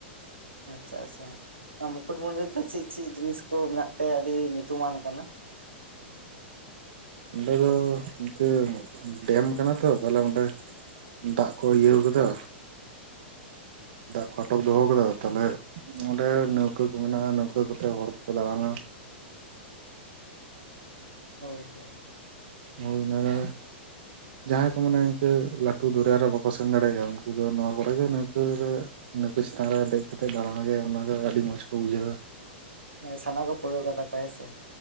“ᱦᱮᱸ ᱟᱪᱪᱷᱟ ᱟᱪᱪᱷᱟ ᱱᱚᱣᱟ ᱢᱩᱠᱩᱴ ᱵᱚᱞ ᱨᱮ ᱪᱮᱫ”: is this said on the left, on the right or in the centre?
Right